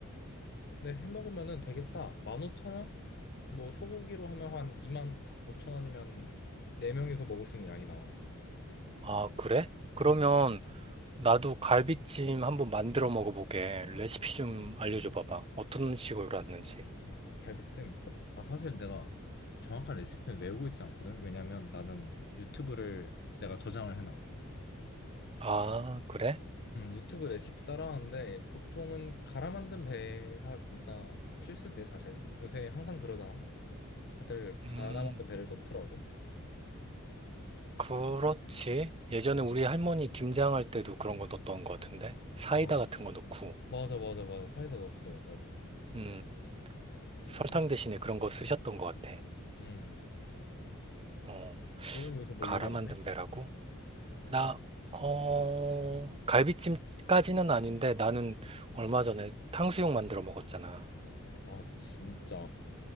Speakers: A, on the left; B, on the right.
A: 근데 해 먹으면은 되게 싸. 15,000원? 뭐 소고기로 하면 한 25,000원이면 네명이서 먹을 수 있는 양이 나와.
B: 아, 그래? 그러면
A: 응.
B: 나도 갈비찜 한번 만들어 먹어보게. 레시피 좀 알려줘 봐봐. 어떤 식으로 하는지.
A: 갈비찜. 아, 사실 내가 정확한 레시피는 외우고 있지 않거든. 왜냐면 나는 유튜브를 내가 저장을 해놔.
B: 아, 그래?
A: 음, 유튜브 레시피 따라하는데 보통은 갈아 만든 배가 진짜 필수지, 사실. 요새 항상 그러잖아. 다들 갈아
B: 음.
A: 만든 배를 넣더라고.
B: 그렇지. 예전에 우리 할머니 김장할 때도 그런 거 넣었던 것 같은데. 사이다
A: 맞아.
B: 같은 거 넣고,
A: 맞아, 맞아, 맞아. 사이다 넣었어, 나도.
B: 음,
A: 음,
B: 설탕 대신에 그런 거 쓰셨던 것 같아.
A: 음.
B: 어,
A: 너는 요새 뭐
B: 갈아
A: 요리 안
B: 만든
A: 해?
B: 배라고? 나,
A: 음.
B: 어, 갈비찜까지는 아닌데 나는 얼마 전에 탕수육 만들어 먹었잖아.
A: 아, 진짜?